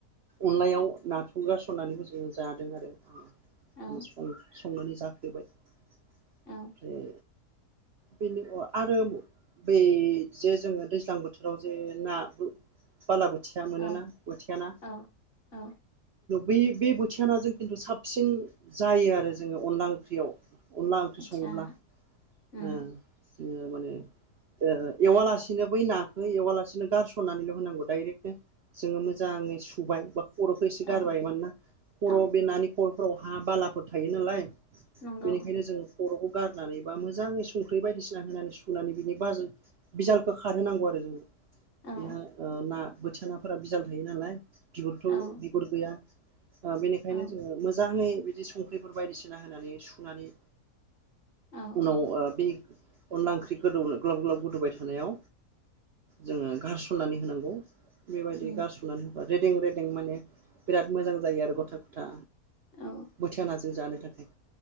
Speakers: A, on the right; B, on the left.
A: अनलायाव नाथुर गारसननानैबो जोङो जादों आरो
B: औ
A: संनानै जाफ्लेबाय ओमफ्राय
B: औ <unintelligible>
A: बेनि ओ आरो बै जे जोङो दैज्लां बोथोराव जे ना बो बाला बोथिया मोनोना
B: औ
A: बोथिया ना
B: औ औ
A: बै बे बोथिया नाजों खिन्थु साबसिन जायो आरो जोङो अनला ओंख्रियाव। अनला ओंख्रि
B: आतसा
A: सङोब्ला
B: उम
A: ओ जोङो माने ओ एवालासिनो बै नाखौ एवालासिनो गारसननानैल' होनांगौ डाइरेक्टनो जोङो मोजां ङै सुबाय बाख खर'खो एसे गारबाय
B: औ
A: मानोना खर'
B: औ
A: बे नानि खर'फोराव हा बालाफोर थायो नालाय
B: नंगौ
A: बेनिखायनो जों खर'खौ गारनानै बा मोजाङै संख्रि बायदिसिना होनानै सुनानै बिनि बाज बिजालखौ खारहोनांगौ आरो जोङो।
B: औ
A: बेहा ओ ना बोथिया नाफोरा बिजाल थायो नालाय बिगुरथ'
B: औ
A: बिगुर गैया ओ बेनिखायनो
B: औ
A: जोङो मोजाङै बिदि संख्रिफोर बायदिसिना होनानै सुनानै
B: औ
A: उनाव ओ बि अनला ओंख्रि गोदौ ग्ल'ब-ग्ल'ब गोदौबाय थानायाव जोङो गारसननानै होनांगौ। बेबायदि
B: उम
A: गारस'नानै होबा रेदें रेदें माने बिराद मोजां जायो आरो गथा गथा
B: औ
A: बोथिया नाजों जानो थाखाय।